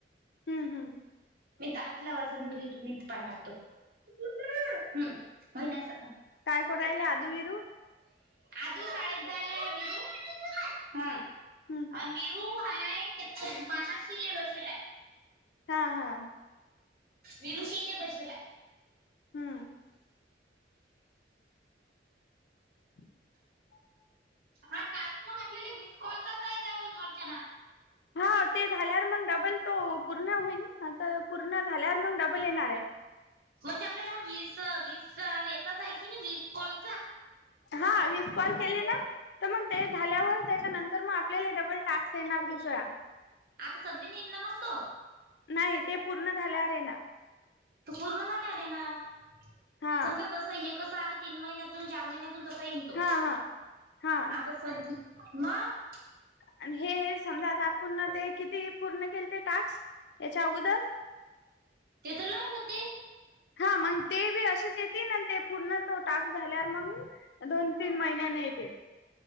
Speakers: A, on the left (about 70°); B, on the right (about 55°).
A: हं, हं.
B: तु हितं हात लावायचा नाही मी हितं पाणी टाकतो. <unintelligible> हम्म <unintelligible>
A: काय करू राहिले आदू विरू?
B: आदू शाळेत जायलाय विरू हां
A: हं.
B: आणि विरू बाहेर त्याचे बाबा शिले बसवलाय.
A: हा हा
B: विरु शी ले बसलाय.
A: हम्म <inaudible>
B: हा टास्क मग आपल्याला वीस कॉलचाच आहे का अर्चना?
A: हो ते झाल्यावर मग डबल तो पूर्ण होईल ना तर पूर्ण झाल्यावर मग डबल येणार ये.
B: म्हणजे आपल्याला वीस वीस येतच आहे की नाय वीस कॉल.
A: हा वीस कॉल केले ना, तर मग ते झाल्यावर त्याच्यानंतर मग आ पल्याला डबल टास्क येणार दुसरा.
B: आता सध्दी नाही ना मग तो?
A: नाही ते पूर्ण झाल्यावर येणार.
B: तो पूर्ण झाल्यावर येणार,
A: हा
B: समजा जसं हे कसं आलं तीन महिन्यातून चार महिन्यातून तसं येईन. तो
A: हा हा हा
B: आता सद् मगं
A: आणि हे समजा आता आपण ते किती पूर्ण केलते टाक्स, याच्या अगोदर?
B: ते तर लय होती.
A: हा मग ते बी अशीच येतीन आणि ते पूर्ण तो टास्क झाल्यावर मंग दोन तीन महिन्यान येतील.